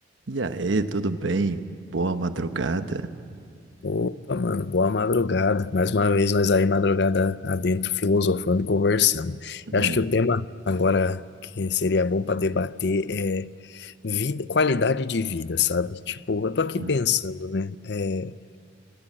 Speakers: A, on the right (about 80°); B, on the left (about 60°).
A: E aí, tudo bem? Boa madrugada?
B: Opa, mano, boa madrugada. Mais uma vez nós aí madrugada adentro filosofando e conversando. Eu
A: É,
B: acho que o tema agora que seria bom para debater é vida, qualidade de vida, sabe? Tipo, eu tô aqui
A: hum,
B: pensando, né? É,